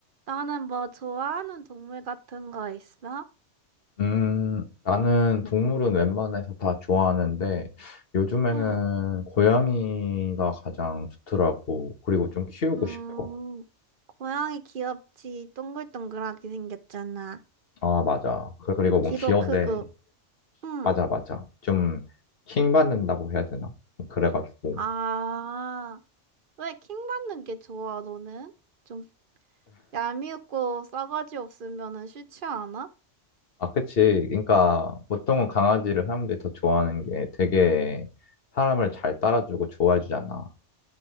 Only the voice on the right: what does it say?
나는 뭐 좋아하는 동물 같은 거 있어?
응.
음,
고양이 귀엽지. 동글동글하게 생겼잖아.
귀도
크고. 응.
아, 왜 킹 받는 게 좋아, 너는? 좀 얄미우고 싸가지 없으면은 싫지 않아?